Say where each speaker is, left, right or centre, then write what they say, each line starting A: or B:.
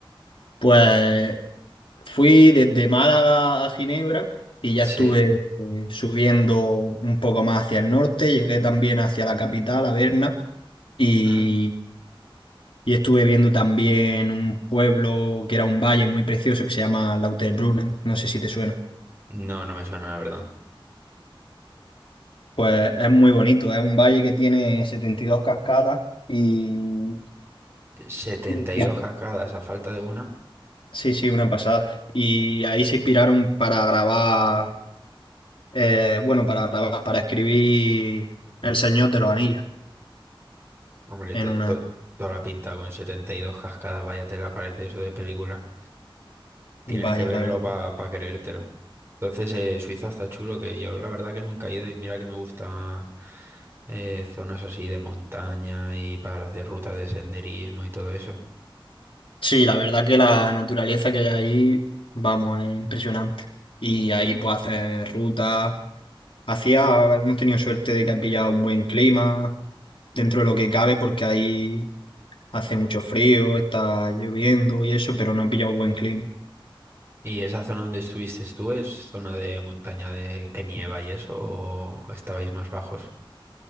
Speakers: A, on the left (about 70°); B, on the right (about 25°).
A: Pues fui desde Málaga a Ginebra y ya
B: Sí.
A: estuve eh, subiendo un poco más hacia el norte. Llegué también hacia la capital, a Berna, y,
B: Mm.
A: y estuve viendo también un pueblo que era un valle muy precioso que se llama Lauterbrunnen. No sé si te suena.
B: No, no me suena, la verdad.
A: Pues es muy bonito, es un valle que tiene 72 cascadas y...
B: Setenta
A: y-
B: y dos cascadas a falta de una.
A: Sí, sí, una pasada. Y ahí se inspiraron para grabar, eh, bueno, para grabar, para escribir El Señor de los Anillos
B: Hombre,
A: en
B: to-
A: una...
B: to- toda la pinta con 72 cascadas, vaya te la parece eso de película. Tienes
A: Vaya,
B: que verlo
A: la verdad.
B: para creértelo. Entonces, eh, Suiza está chulo, que yo la verdad que nunca he ido y mira que me gusta eh, zonas así de montaña y para hacer rutas de senderismo y todo eso.
A: Sí, la verdad que la naturaleza que hay ahí, vamos, es impresionante. Y ahí pues hacer rutas. Hacía, hemos tenido suerte de que ha pillado un buen clima dentro de lo que cabe porque ahí hace mucho frío, está lloviendo y eso, pero no ha pillado buen clima.
B: ¿Y esa zona donde estuviste tú es zona de montaña de que nieva y eso o estabais más bajos?